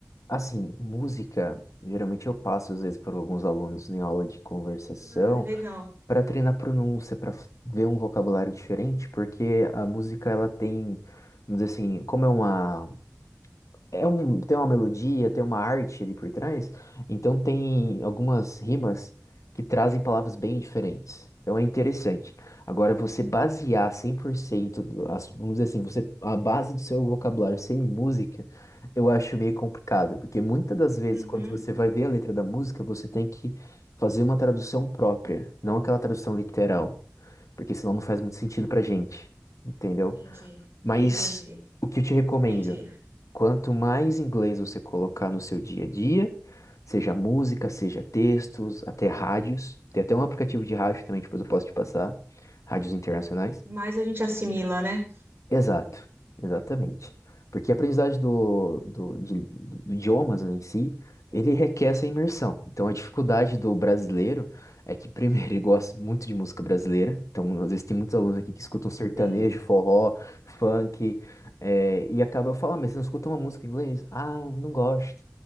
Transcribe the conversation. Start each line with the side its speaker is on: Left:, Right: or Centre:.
Left: Assim, música, geralmente eu passo às vezes para alguns alunos em aula de conversação
Right: Ah, legal.
Left: para treinar pronúncia, para ver um vocabulário diferente, porque a música ela tem, vamos dizer assim, como é uma É um, tem uma melodia, tem uma arte ali por trás, então tem algumas rimas que trazem palavras bem diferentes. Então é interessante. Agora, você basear 100%, do- as- vamos dizer assim, você, a base do seu vocabulário ser em música, eu acho meio complicado, porque muitas das vezes,
Right: Uhum.
Left: quando você vai ver a letra da música, você tem que fazer uma tradução própria, não aquela tradução literal, porque senão não faz muito sentido
Right: Ah,
Left: pra gente, entendeu?
Right: entendi,
Left: Mas
Right: entendi,
Left: o que eu te recomendo?
Right: entendi.
Left: Quanto mais inglês você colocar no seu dia a dia, seja música, seja textos, até rádios. Tem até um aplicativo de rádio também, depois eu posso te passar, rádios internacionais.
Right: Mas a gente assimila, né?
Left: Exato, exatamente. Porque a aprendizagem do, do, de, do idiomas em si, ele requer essa imersão. Então a dificuldade do brasileiro é que, primeiro, <laughs> ele gosta muito de música brasileira. Então, às vezes, tem muitos alunos aqui que escutam sertanejo,
Right: Sim,
Left: forró, funk, é, e acaba eu falar mas você não escuta uma música em inglês? Ah, não gosto.